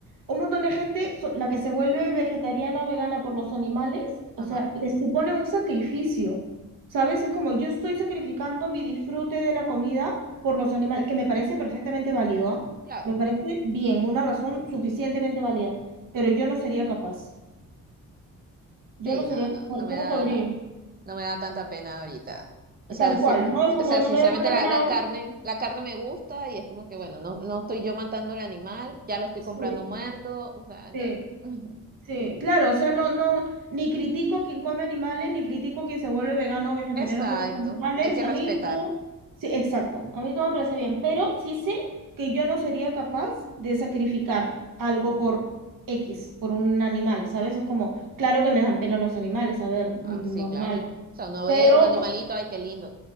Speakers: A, on the right; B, on the right.
A: un montón de gente, so- la que se vuelve vegetariana o vegana por los animales,
B: Ajá,
A: o sea, les supone un sacrificio, ¿sabes? Es como yo estoy sacrificando mi disfrute de la comida por los animales, que me parece perfectamente válido, ¿ah?
B: claro.
A: Me parece bien, una razón suficientemente válida, pero yo no sería capaz, yo
B: Sí,
A: no sería
B: no,
A: capaz,
B: no, no me
A: yo
B: da.
A: no podría,
B: no me da tanta pena ahorita. O sea,
A: tal cual,
B: sí,
A: ¿no? Es
B: sí,
A: como
B: o sea,
A: no
B: sinceramente
A: me da tanta
B: la,
A: pena
B: la
A: la
B: carne, la carne me gusta y es como que, bueno, no, no estoy yo matando al animal, ya lo estoy
A: Sí,
B: comprando muerto, o sea,
A: sí.
B: ya. <laughs>
A: Sí, claro, o sea, no, no, ni critico a quien come animales, ni critico a quien se vuelve vegano o vegetariano
B: Exacto,
A: por los animales.
B: hay que
A: A
B: respetar.
A: mí todo, sí, exacto, a mí todo me parece bien, pero sí sé que yo no sería capaz de sacrificar algo por X, por un animal, ¿sabes? Es como, claro que me dan pena los animales, a ver, mm,
B: Ah, sí,
A: normal,
B: claro. O sea, uno ve
A: pero
B: un animalito, ay, qué lindo,